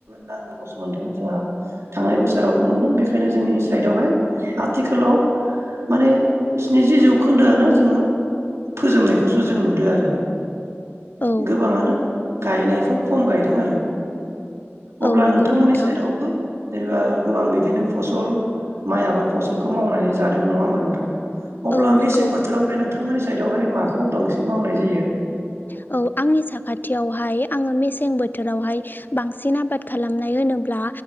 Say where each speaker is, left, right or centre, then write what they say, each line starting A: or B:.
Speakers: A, on the right; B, on the left.
A: नांगोबासोमोन्दों जोंआ थांनाय बोसोरावबो मोनो बेखायनो जोंनि साइडआवहाय आथिखालाव माने स्निजि जौखोन्दोआनो जोङो फोजोबनायखौसो जों नुदो आरो।
B: औ
A: गोबाङानो गायनायखौ खम गायदों आरो। अब्ला
B: औ नंगौ
A: नोंथांमोननि
B: नोंथां
A: साइडआवबो जेनेबा गोबां बिदिनो फसल माइ आबाद फसलखौ मावनानै जादों नङा होमबा नोंथां। अब्ला
B: औ नंगौ
A: मेसें बोथोरावहाय नोंथांमोननि साइदावहाय माखौ बांसिन मावनाय जायो।
B: <unintelligible> औ आंनि साखाथियावहाय आङो मेसें बोथोरावहाय बांसिन आबाद खालामनाय होनोब्ला